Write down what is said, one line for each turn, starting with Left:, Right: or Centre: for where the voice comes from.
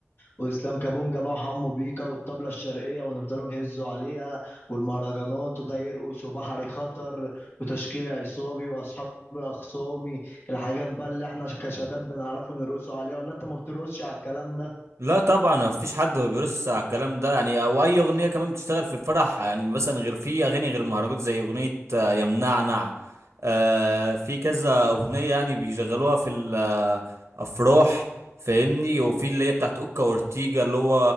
Left: واسلام كابونجا بقى وحمو بيكا والطبله الشرقيه ونفضلوا نهزوا عليها والمهرجانات وده يرقص وبحري خطر وتشكيل عصابي واصحاب اخصامي الحاجات بقى اللي احنا كشباب بنعرفوا نرقصوا عليها ولا انت ما بترقصش على الكلام ده
Right: لا طبعا ما فيش حد ما بيرقص على الكلام ده يعني او اي اغنيه كمان بتشتغل في الفرح يعني مثلا غير في اغاني غير مهرجان زي اغنيه آه، يا منعنع آه، في كذا اغنيه يعني بيشغلوها في الافراح فاهمني وفي اللي هي بتاعت اوكا اورتيجا اللي هو